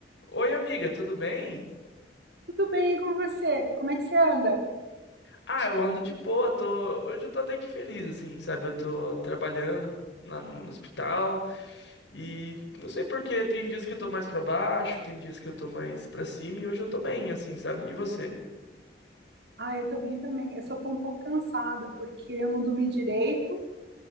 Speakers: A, on the left (about 80°); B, on the right (about 65°).
A: Oi, amiga, tudo bem?
B: Tudo bem, e com você? Como é que você anda?
A: Ah, eu ando de boa, tô... hoje eu tô até que feliz, assim, sabe? Eu tô trabalhando lá no, no hospital e não sei por quê, tem dias que eu tô mais pra baixo, tem dias que eu tô mais pra cima e hoje eu tô bem, assim, sabe? E você?
B: Ah, eu tô bem também. Eu só tô um pouco cansada porque eu não dormi direito,